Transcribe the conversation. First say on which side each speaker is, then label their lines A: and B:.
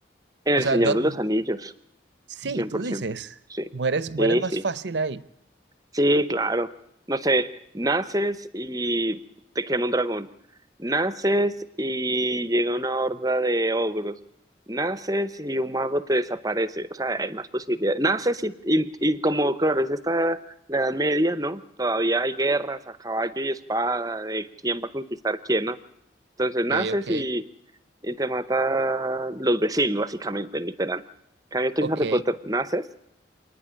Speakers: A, on the right; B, on the right.
A: en
B: O
A: El
B: sea,
A: Señor
B: ¿dónde...
A: de los Anillos,
B: sí,
A: cien
B: tú
A: por
B: dices,
A: ciento, Sí,
B: mueres, mueres
A: sí,
B: más
A: sí,
B: fácil ahí.
A: sí, claro. No sé, naces y te quema un dragón. Naces y llega una horda de ogros. Naces y un mago te desaparece. O sea, hay más posibilidades. Naces y, y, y como, claro, es esta la Edad Media, ¿no? Todavía hay guerras a caballo y espada de quién va a conquistar quién, ¿no? Entonces
B: Ok,
A: naces
B: ok,
A: y, y te mata los vecinos, básicamente, literal. En Cambio tú
B: ok,
A: en Harry Potter, naces